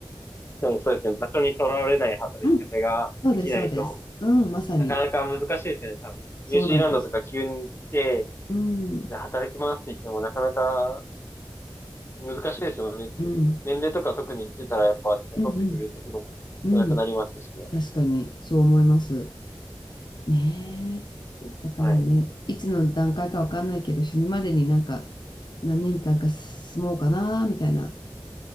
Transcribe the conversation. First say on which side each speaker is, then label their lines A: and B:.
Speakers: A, on the left; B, on the left.
A: でもそうですね。場所にとらわれない働き方ができないと、
B: うん。そうです、そうです。うん、まさに。
A: なかなか難しいですよね、多分。
B: そうなんです。
A: ニュージーランドとか急に行って、
B: うん。
A: じゃあ働きますって言ってもなかなか難しいですよね。
B: うん。
A: 年齢とか特に行ってたらやっぱ雇ってくれるところも少なくなりますしね。
B: うん、うん。うん。確かに、そう思います。ねえ。
A: うんはい。
B: だからね、いつの段階かわかんないけど、死ぬまでになんか何年間か住もうかなみたいな